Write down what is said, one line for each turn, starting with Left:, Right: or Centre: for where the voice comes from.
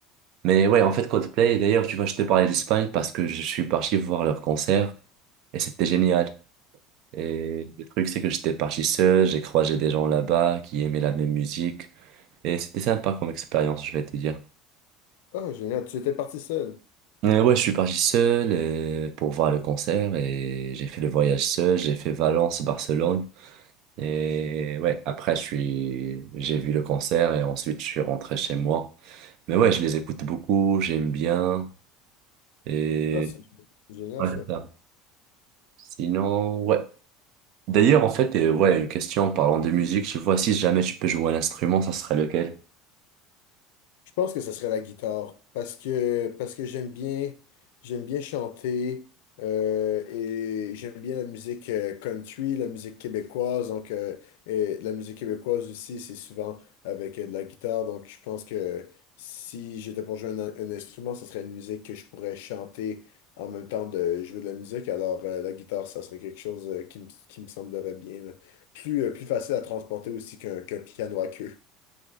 Right: Mais ouais, en fait, Coldplay, d'ailleurs, tu vois, je te parlais d'Espagne parce que je suis parti voir leur concert et c'était génial. Et le truc, c'est que j'étais parti seul, j'ai croisé des gens là-bas qui aimaient la même musique. Et c'était sympa comme expérience, je vais te dire.
Left: Ah, génial. Tu étais parti seul.
Right: Mais ouais, je suis parti seul euh, pour voir le concert et j'ai fait le voyage seul, j'ai fait Valence, Barcelone. Et ouais, après, je suis... j'ai vu le concert et ensuite, je suis rentré chez moi. Mais ouais, je les écoute beaucoup, j'aime bien. Et
Left: Ah, c'est génial
Right: ouais,
Left: ça.
Right: c'est ça. Sinon, ouais. D'ailleurs, en fait, euh, ouais, une question en parlant de musique, tu vois, si jamais tu peux jouer un instrument, ça serait lequel?
Left: Je pense que ce serait la guitare parce que parce que j'aime bien j'aime bien chanter euh, et j'aime bien la musique euh, country, la musique québécoise donc euh, et la musique québécoise aussi c'est souvent avec euh, de la guitare donc je pense que si j'étais pour jouer un, un instrument ce serait une musique que je pourrais chanter en même temps de jouer de la musique alors euh, la guitare ça serait quelque chose euh, qui me, qui me semblerait bien là. Plus euh, plus facile à transporter aussi qu'un qu'un piano à queue.